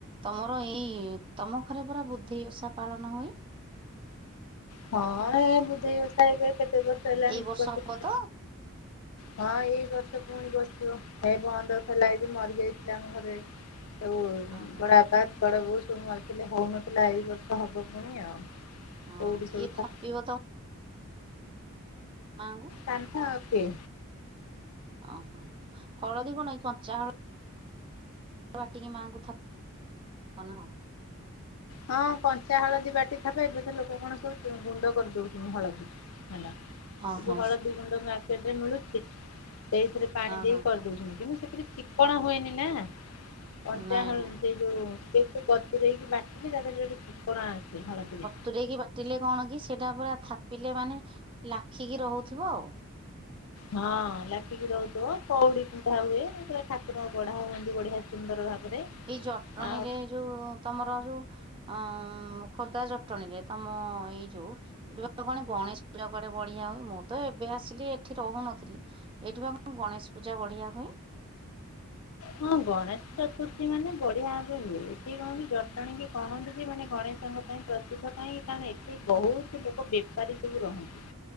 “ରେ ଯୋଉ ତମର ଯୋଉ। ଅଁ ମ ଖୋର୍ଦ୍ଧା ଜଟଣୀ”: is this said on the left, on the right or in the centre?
Right